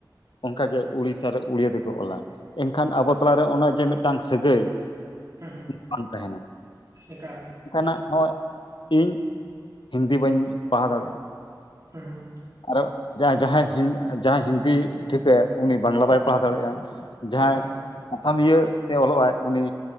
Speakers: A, on the left; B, on the right.
A: ᱚᱱᱠᱟᱜᱮ ᱩᱲᱤᱥᱥᱟ ᱨᱮ ᱩᱲᱤᱭᱟ ᱛᱮᱠᱚ ᱚᱞᱟ ᱮᱱᱠᱷᱟᱱ ᱟᱵᱚ ᱛᱟᱞᱟᱨᱮ ᱚᱱᱟ ᱡᱮ ᱢᱤᱫᱴᱟᱝ ᱥᱟᱹᱜᱟᱹᱭ
B: ᱦᱩᱸ ᱦᱩᱸ
A: ᱵᱟᱝ ᱛᱟᱦᱮᱱᱟ
B: ᱮᱠᱟᱞ
A: <unintelligible> ᱤᱧ ᱦᱤᱱᱫᱤ ᱵᱟᱹᱧ ᱯᱟᱲᱦᱟᱣ ᱫᱟᱲᱮᱭᱟᱜ-ᱟ
B: ᱦᱮ <unintelligible>
A: ᱟᱨᱮ ᱡᱟᱦᱟᱸ ᱡᱟᱦᱟᱸᱭ ᱡᱟᱦᱟᱸᱭ ᱦᱤᱱᱫᱤ ᱴᱷᱤᱠᱟᱹᱭᱟ ᱩᱱᱤ ᱵᱟᱝᱞᱟ ᱵᱟᱭ ᱯᱟᱲᱦᱟᱣ ᱫᱟᱲᱮᱭᱟᱜ-ᱟ ᱡᱟᱦᱟᱸᱭ
B: ᱮᱠᱟᱞ
A: <unintelligible> ᱤᱭᱟᱹ ᱛᱮ ᱚᱞᱚᱜ ᱟᱭ ᱩᱱᱤ